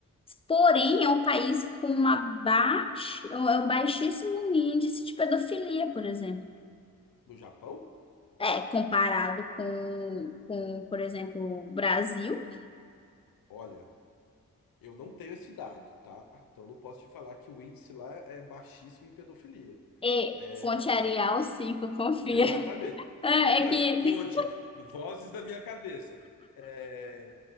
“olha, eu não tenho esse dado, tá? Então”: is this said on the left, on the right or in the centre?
Left